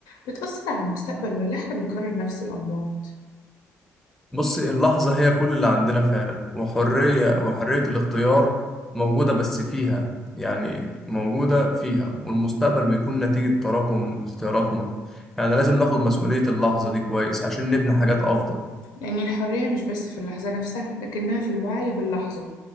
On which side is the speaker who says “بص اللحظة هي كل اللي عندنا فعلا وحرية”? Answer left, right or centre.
Centre